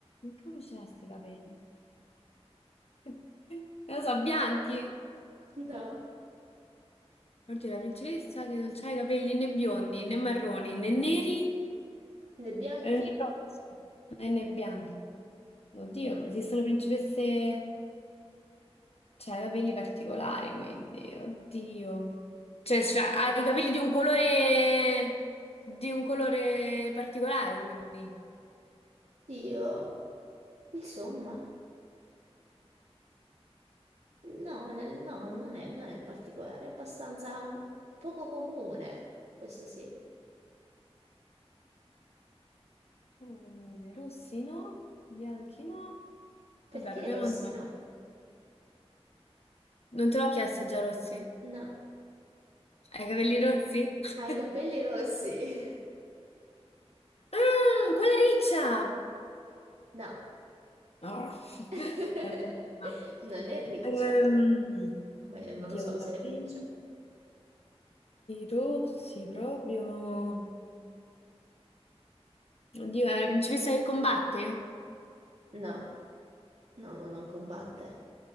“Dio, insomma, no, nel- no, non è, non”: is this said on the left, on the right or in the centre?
Right